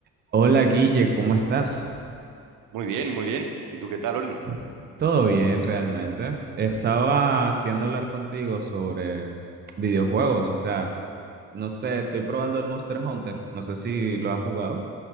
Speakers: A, on the right (about 30°); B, on the right (about 70°).
A: Hola Guille, ¿cómo estás?
B: Muy bien, muy bien. ¿Y tú qué tal, Oren?
A: Todo bien, realmente. Estaba queriendo hablar contigo sobre videojuegos, o sea, no sé, estoy probando el Monster Hunter, no sé si lo has jugado.